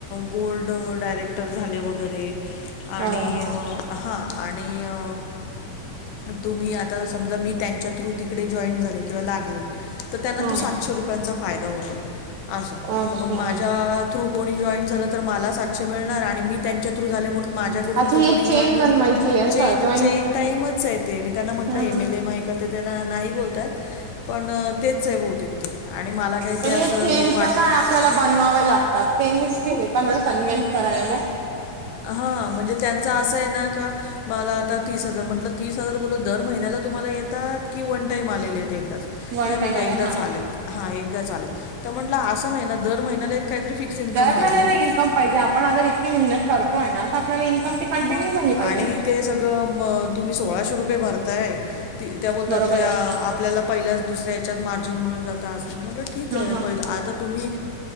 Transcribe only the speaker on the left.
गोल्ड डायरेक्टर झाले वगैरे
आणि
अ हा आणि अ तुम्ही आता समजा मी त्यांच्या थ्रू तिकडे जॉईन झाले किंवा लागले तर त्यांना
तो सातशे रुपयांचा फायदा होतो अस
तर मग माझ्यात थ्रू कोणी जॉईंट झालं तर मला सातशे मिळणार, आणि मी त्यांच्या थ्रू झाले म्हणून माझ्या कडून
जो
कोणी
जॉईन
चेन
चेन
टाईमच आहे ते मी त्यांना म्हणल
एम
एल एम आय तर ते त्याला नाही बोलतायत पण तेच आहे बहुतेक ते आणि मला काही
ते असं
हे वाटलं
हा म्हणजे त्यांचा असं आहे ना, का मला आता तीस हजार म्हटलं तीस हजार बोलो दर महिन्याला तुम्हाला येतात, की वन टाइम आलेले आहेत एकदाच
नाही बोलता
एकदाच
आलेत हा एकदा आलेत तर म्हंटलं असं नाही ना दर महिन्याला एक काहीतरी फिक्स इनकम
पाहिजे
ना.
मग
आणि
ते सगळं म तुम्ही सोळाशे रुपये भरताय ती त्या बोलतात
त्या
आपल्याला पहिल्याच दुसऱ्याच्यात मार्जिन मिळून जात अस म्हटल ठीक आहे
प आता तुम्ही